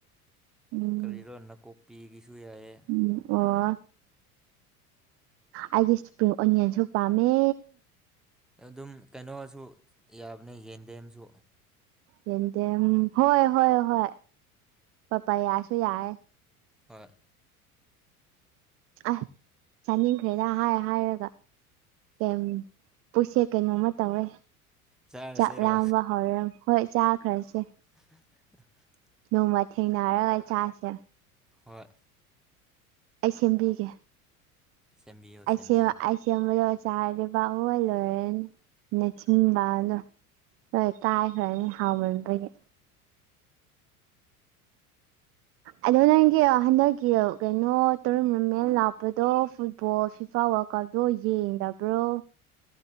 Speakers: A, on the right; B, in the centre.
A: ꯎꯝ
B: ꯀꯔꯤꯔꯣ ꯅꯀꯨꯞ ꯅꯥꯀꯨꯞꯄꯤꯒꯤꯁꯨ ꯌꯥꯏꯌꯦ
A: ꯎꯝ ꯑꯣ ꯑꯩꯒꯤ ꯏꯁꯄ꯭ꯔꯤꯡ ꯑꯣꯅꯤꯌꯟꯁꯨ ꯄꯥꯝꯃꯦ
B: ꯑꯗꯨꯝ ꯀꯩꯅꯣꯁꯨ ꯌꯥꯕꯅꯦ ꯌꯦꯟꯗꯦꯝꯁꯨ
A: ꯌꯦꯡꯗꯦꯝ ꯍꯣꯏ ꯍꯣꯏ ꯍꯣꯏ ꯄꯥꯄꯥꯌꯥꯁꯨ ꯌꯥꯏꯑꯦ
B: ꯍꯣꯏ
A: ꯑꯏ ꯆꯥꯅꯤꯡꯈ꯭ꯔꯦꯗ ꯍꯥꯏ ꯍꯥꯏꯔꯒ ꯀꯦꯝ ꯄꯨꯛꯁꯦ ꯀꯩꯅꯣꯝꯃ ꯇꯧꯋꯦ
B: ꯆꯥꯔꯁꯤꯔꯣ
A: ꯆꯥꯛ ꯂꯥꯝꯕ ꯍꯧꯔꯦ ꯍꯣꯏ ꯆꯥꯈ꯭ꯔꯁꯦ
B: <unintelligible>
A: ꯅꯣꯡꯃ ꯊꯦꯡꯅꯔꯒ ꯆꯥꯁꯦ
B: ꯍꯣꯏ
A: ꯑꯩ ꯁꯦꯝꯕꯤꯒꯦ
B: ꯁꯦꯝꯕꯤꯌꯣ
A: ꯑꯩ
B: ꯁꯦꯝꯕꯤꯌꯣ
A: ꯁꯦꯝꯃꯥ ꯑꯩ ꯁꯦꯝꯕꯥ ꯂꯣꯏꯔꯥꯒꯥ ꯆꯔꯗꯤ ꯄꯨꯝꯂꯣꯏ ꯂꯣꯏꯔꯅꯤ ꯅꯆꯤꯟꯕꯟꯗꯣ ꯂꯣꯏ ꯀꯥꯏꯈ꯭ꯔꯅꯤ ꯍꯥꯎꯃꯟꯕꯒꯤ ꯑꯗꯣ ꯅꯪꯒꯤ ꯍꯟꯗꯛꯀꯤ ꯀꯩꯅꯣ ꯇꯔꯝ ꯃꯤ ꯃꯦꯜ ꯂꯥꯛꯄꯗꯣ ꯐꯨꯠꯕꯣꯜ ꯐꯤ ꯐ ꯋꯔ ꯀꯞꯇꯣ ꯌꯦꯡꯗꯕ꯭ꯔꯣ